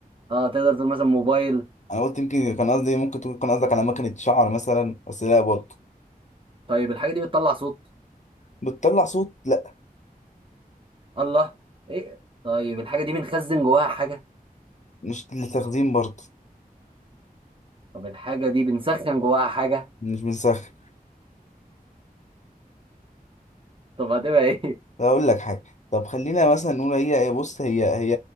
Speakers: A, on the right; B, on the left.
A: اه تقدر تقول مثلا موبايل
B: انا قلت يمكن كان قصدي ممكن تكون كان قصدك على مكنه شعر مثلا بس لا برضه
A: طيب الحاجة دي بتطلع صوت
B: بتطلع صوت لا
A: الله ايه طيب الحاجة دي بنخزن جواها حاجة
B: مش للتخزين برضه
A: طب الحاجة دي بنسخن جواها حاجة
B: مش بنسخن
A: طب هتبقى ايه
B: طب اقول لك حاجه طب خلينا مثلا نقول هي هي بص هي هي